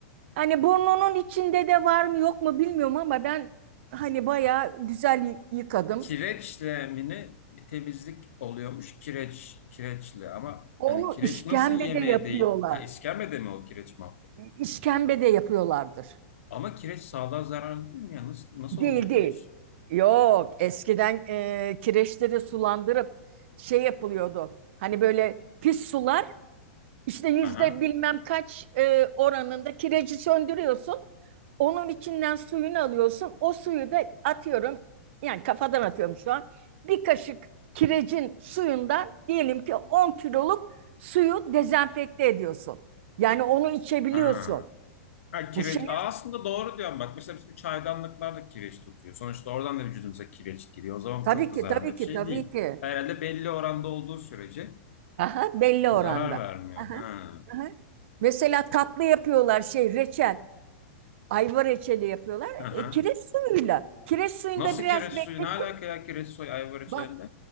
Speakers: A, on the right; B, on the left.
A: Hani burnunun içinde de var mı yok mu bilmiyorum ama ben hani bayağı güzel yıkadım.
B: Kireçle mi ne? bir temizlik oluyormuş kireç kireçle ama
A: Onu
B: yani kireç
A: işkembe
B: nasıl yemeğe
A: de yapıyorlar.
B: değil? Ha iskemlede mi o kireç muhabbeti?
A: İşkembe de yapıyorlardır.
B: Ama kireç sağlığa zararlı değil mi ya? Nasıl, nasıl
A: Değil
B: olacak
A: değil.
B: o iş?
A: Yok eskiden e, kireçleri sulandırıp şey yapılıyordu. Hani böyle pis sular işte yüzde
B: Aha.
A: bilmem kaç e, oranında kireci söndürüyorsun. Onun içinden suyunu alıyorsun. O suyu da atıyorum yani kafadan atıyorum şu an. Bir kaşık kirecin suyundan diyelim ki 10 kiloluk suyu dezenfekte ediyorsun. Yani onu içebiliyorsun.
B: Ha. Ha kireç.
A: Bu şey.
B: Aa, aslında doğru diyorum bak. Mesela bizim çaydanlıklar da kireç tutuyor. Sonuçta oradan da vücudumuza kireç giriyor. O zaman
A: Tabii
B: bu çok da
A: ki,
B: zararlı
A: tabii
B: bir
A: ki,
B: şey
A: tabii
B: değil.
A: ki.
B: Herhalde belli oranda olduğu sürece
A: Aha, belli
B: Zarar
A: oranda.
B: vermiyor.
A: Aha,
B: Ha.
A: aha. Mesela tatlı yapıyorlar şey reçel. Ayva reçeli yapıyorlar.
B: Aha.
A: E, kireç suyuyla. Kireç suyunda
B: Nasıl
A: biraz
B: kireç
A: bekletiyor.
B: suyu? Ne alaka ya kireç suyu ayvar içerisinde?
A: Bak